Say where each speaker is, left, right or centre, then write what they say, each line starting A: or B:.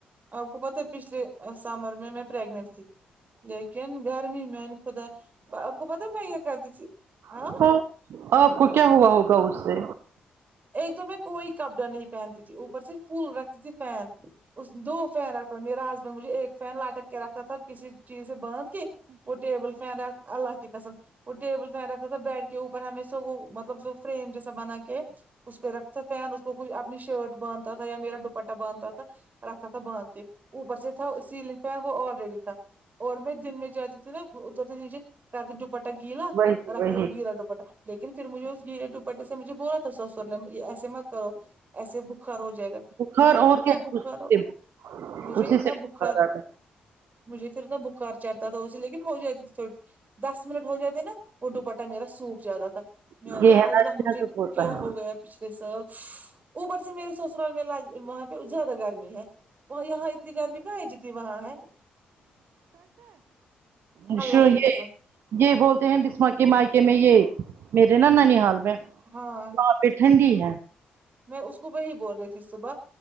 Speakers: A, on the right (about 45°); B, on the right (about 70°).
A: آپ کو پتا ہے پچھلے سمر میں میں پریگنٹ تھی لیکن گرمی میں خدا آپ کو پتا میں یہ کرتی تھی ہاں
B: ہوگا آپ کو کیا ہوا ہوگا اس سے
A: ایک تو میں کوئی کپڑا نہیں پہنتی تھی اوپر سے فل رکھتی تھی فین اس دو فین رکھتا تھا میرا ہسبینڈ مجھے ایک فین لٹک کے رکھتا تھا کسی چیز سے باندھ کے وہ ٹیبل فین ر اللہ کی قسم وہ ٹیبل فین رکھتا تھا بیڈ کے اوپر ہمیں سے وہ مطلب جو فریم جیسا بنا کے اس پہ رکھتا تھا فین اس پہ کوئی اپنی شرٹ باندھتا تھا یا میرا دوپٹہ باندھتا تھا رکھ تھا باندھ کے اوپر سے تھا سلنگ فین وہ آلریڈی تھا اور میں دن میں جاتتی تھی نا اترتے نیچے کہتی دوپٹا گیلا
B: وہی
A: رکھتی
B: وہی
A: وہ گیلا دوپٹا لیکن پھر مجھے اس گیلیے دوپٹے سے مجھے بولا تھا سسر نے ایسے مت کرو ایسے بخار ہو جائے گا
B: بخار
A: مجھے
B: اور
A: کتنا
B: کیا
A: بخار
B: اسی سے
A: مجھے
B: اسی
A: اتنا
B: سے
A: بخار
B: آتا
A: مجھے پھر اتنا بخار چڑھتا تھا اسے لیکن ہو جاتی تھی دس منٹ ہو جات تھ نا وہ ڈپاٹا میرا سوپ زیادہ تھا
B: ہے
A: یارے
B: یہ ہے نا
A: اللہ مجھے
B: جذب ہوتا
A: کیا
B: ہے
A: ہو پچھلے سال اوپر سے میرے سسرال میں وہاں پہ زیادہ گرمی ہے وہ یہاں اتنی گرمی کہاں ہے جتنی وہاں ہے
B: نشہ
A: اللہ
B: یہ
A: کی قسم
B: <unintelligible> یہ بولتے ہیں بسما کے مائکے میں یہ میرے نا ننیحال میں
A: ہاں
B: یہ ٹھنڈی ہے
A: میں اس کو وہی بول رہی تھی صبح